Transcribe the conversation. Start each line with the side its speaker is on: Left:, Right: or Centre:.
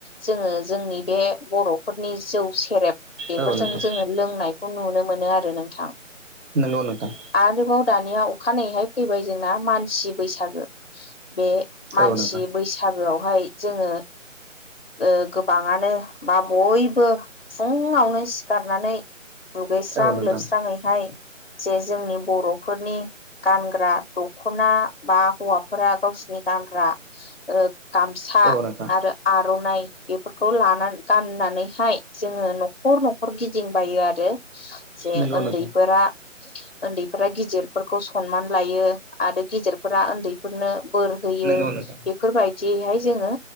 Left: जो ओ जोंनि बे बर'फोरनि जौ सेरेब बेफोरजों
Right: औ नोंथां
Left: जोङो लोंनायखौ नुनो मोनो आरो नोंथां।
Right: नोंगौ नोंथां।
Left: आरोबाव दानिया अखानायैहाय फैबाय जोंना मानसि बैसागो। बे मानसि
Right: औ नोंथां
Left: बैसागोआवहाय जोङो ओ गोबाङानो बा बयबो फुङावनो सिखारनानै दुगैस्रां
Right: औ नोंथां
Left: लोबस्राङैहाय जे जोंनि बर'फोरनि गानग्रा दख'ना बा हौवाफोरा गावसिनि गानग्रा ओ गामसा
Right: औ नोंथां
Left: आरो आर'नाइ बेफोरखौ लाना गाननानैहाय जोङो न'खर न'खर गिदिंबायो आरो। जे
Right: नंगौ
Left: ओन्दैफोरा
Right: नोंथां
Left: ओन्दैफोरा गिदिरफोरखौ सनमान लायो आरो गिदिरफोरा ओन्दैफोरनो बोर होयो
Right: नंगौ नोंथां
Left: बेफोरबायदियैहाय जोङो